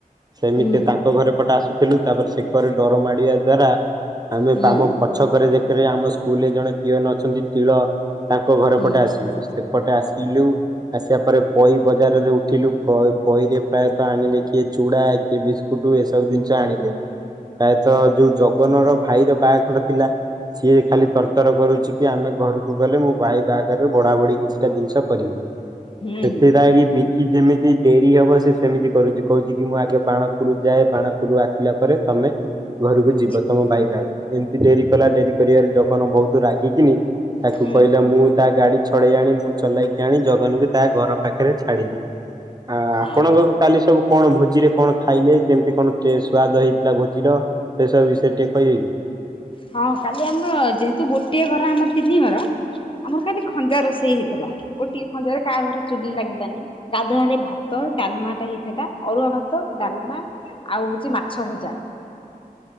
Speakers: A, on the right; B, on the left.
A: ସେମିତି
B: ହୁଁ
A: ତାଙ୍କ ଘରେ ପଟେ ଆସୁ ଥିଲୁ ତାପରେ ସେକରେ ଡର ମାଡିବା ଦ୍ଵାରା ଆମେ
B: ହୁଁ
A: ଆମ ପଛକରେ ଦେକରେ ଆମ ସ୍କୁଲରେ ଜଣେ ପିଅନ ଅଛନ୍ତି ତିଳ ତାଙ୍କ ଘରେ
B: ହୁଁ
A: ପଟେ ଆସିଲୁ। ପଟେ ଆସିଲୁ। ଆସିବା ପରେ ପଇ ବଜାରରେ ଉଠିଲୁ ପଇରେ ପ୍ରାୟତଃ ଆଣିଲେ କିଏ ଚୁଡା କିଏ ବିସ୍କୁଟୁ ଏସବୁ ଜିନିଷ ଆଣିଲେ। ପ୍ରାୟତଃ ଯୋଉ ଜଗନର ଭାଇର ବାହାଘର ଥିଲା। ସିଏ ଖାଲି ତରତର କରୁଛି କି ଆମେ ଘରକୁ ଗଲେ ମୋ ଭାଇ ବାହାଘରରେ ବଢା ବଢି କିଛିଟା ଜିନିଷ କରିବି
B: ହୁଁ
A: ସେଥିପାଇଁ
B: ହୁଁ।
A: ବି କି ଯେମିତି ଡେରି ହବ ସେ ସେମିତି କରୁଛି କହୁଛି କି ମୁଁ ଆଗେ ବାଣପୁର ଯାଏ ବାଣପୁରରୁ ଆସିଲା ପରେ ତମେ ଘରକୁ ଯିବ
B: ଜି
A: ତମ ଭାଇ ବାହାଘରୁ ଏମିତି ଡେରି କଲା ଡେରି କରିବାରେ ଜଗନ ବହୁତ ରାଗିକିନି ତାକୁ
B: ହୁଁ
A: କହିଲା ମୁଁ ତା ଗାଡି ଛଡେଇ ଆଣି ମୁଁ ଚଲେଇକି ଆଣି ଜଗନ୍କୁ ତା ଘର ପାଖରେ ଛାଡିଲି। ଆ ଆପଣଙ୍କ
B: ଅହ
A: କାଲି ସବୁ କଣ ଭୋଜିରେ କଣ ଖାଇଲେ? କେମିତି କଣ ସ୍ଵାଦ ହେଇଥିଲା ଭୋଜିର? ସେ ସବୁ ବିଷୟରେ ଟିକେ କହିବେ କି।
B: ହଁ କାଲି ଆମର ଯେହେତୁ ଗୋଟଏ ଘର ଆମର ତିନି ଘର। ଆମର ଖାଲି ଖଞ୍ଜା ରୋଷେଇ ହେଇଥିଲା ଗୋଟିଏ ଖଞ୍ଜାରେ କାହା ଘର ଚୁଲି ଲାଗିଲାନି। ଗାଧୁଆଳି ଭାତ ଡାଲମା ଟା ହେଇଥାଟା ଅରୁଆ ଭାତ ଡାଲମା। ଆଉ ହଉଛି ମାଛ ଭଜା।